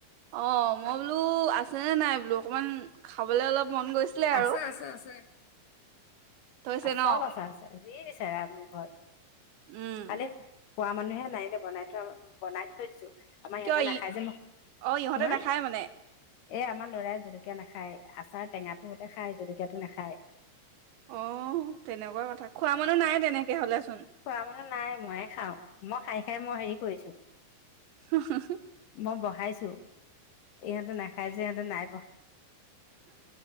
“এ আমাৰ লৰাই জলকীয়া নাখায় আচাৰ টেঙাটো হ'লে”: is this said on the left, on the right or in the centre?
Left